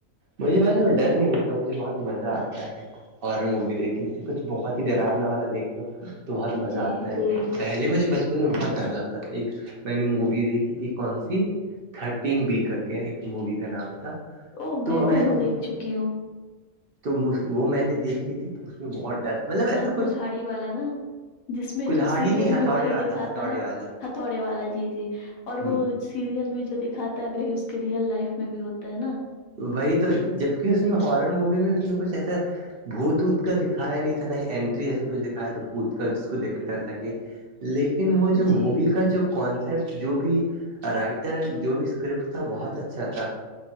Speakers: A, on the right (about 50°); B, on the left (about 80°).
A: مجھے ڈر نہیں لگتا مجھے بہت مزہ آتا ہے ہارر مووی دیکھی جسے کچھ بہت ہی ڈرونا والا دیکھ لو تو بہت مزہ
B: جی
A: آتا ہے پہلے مجھے بچپن میں بہت ڈر لگتا تھا ایک میں نے مووی دیکھی تھی کون سی <unintelligible> تھرٹین بی کر کے ایک مووی کا نام تھا
B: او
A: تو میں
B: بھی وہ
A: نے
B: دیکھ چکی ہوں
A: تو وہ میں نے دیکھی تھی تو اس میں بہت ڈر مطلب ایسا کچھ
B: کلہلہاڑی والا نا جس میں
A: کلہاڑی
B: جو سیریل
A: نہیں ہتھوڑے
B: میں وہی
A: والا
B: دکھاتا
A: ہتھوڑے
B: ہے
A: والا
B: <unintelligible> ہتھوڑے والا جی جی اور
A: ہ
B: وہ سیریل میں جو دکھاتا ہے وہی اس کے ریئل لائف میں بھی ہوتا ہے نا
A: وہی تو جبک اس میں ہارر مووی میں اس میں کچھ ایسا بھوت ووت کا دکھایا نہیں تھا ن اینٹری ایسا کچھ دکھایا تو بھوت کا جس کو دیکھ کے ڈر لگے <unintelligible> لیکن وہ جو
B: جی
A: مووی کا جو کانسیپٹ جو بھی رائٹر جو بھی اسکرپٹ تھا بہت اچھا تھا